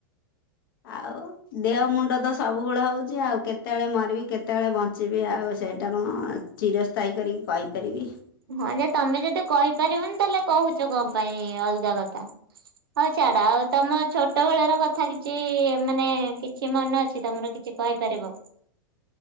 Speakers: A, on the left (about 65°); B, on the right (about 75°).
A: ଆଉ ଦେହ ମୁଣ୍ଡ ତ ସବୁବେଳେ ହଉଛି ଆଉ କେତେବେଳେ ମରିବି କେତେବେଳେ ବ ଞ୍ଚିବି ଆଉ ସେଇଟା କଣ ଚିରସ୍ଥାୟୀ କରିକି କହିପାରିବି।
B: ହଁ ଯେ ତମେ ଯଦି କହିପାରିବନି ତାହେଲେ କହୁଛ କଣପାଇଁ ଅଲଗା କଥା। ହଉ ଛାଡ ଆଉ ତମ ଛୋଟବେଳର କଥା କିଛି ମାନେ କିଛି ମନେ ଅଛି ତମର କିଛି? କହିପାରିବ?